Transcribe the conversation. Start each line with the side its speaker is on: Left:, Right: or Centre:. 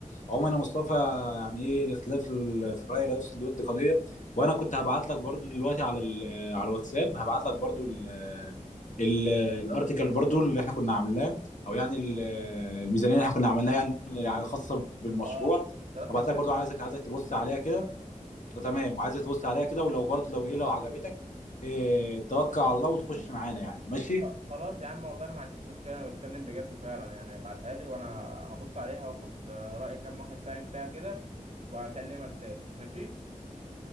Left: عمر مصطفى يعني ايه الاختلاف في ال- في الراي لا يفسد الود قضيه وانا كنت هبعت لك برضو دلوقتي على ال- على الواتساب هبعت لك برضو ال ال- الارتيكل برضو اللي احنا كنا عاملاه او يعني ال- الميزانيه اللي احنا كنا عملناها يعني خاصه بالمشروع
Right: اه دراسه
Left: هبعت
Right: الجد
Left: لك برضو عايزك عايزك تبص عليها كده تمام وعايزك تبص عليها كده ولو برضو لو ايه لو عجبتك إيه توكل على الله وتخش معانا يعني ماشي
Right: آه، خلاص يا عم والله انا ما عنديش مشكله انا بتكلم بجد فعلا يعني ابعتها لي وانا هبص عليها واخد آه، راي كام واحد فاهم فيها كده وهكلمك تاني ماشي